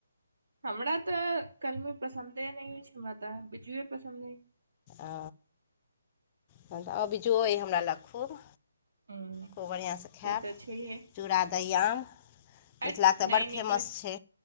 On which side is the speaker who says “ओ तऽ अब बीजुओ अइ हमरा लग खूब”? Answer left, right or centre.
Left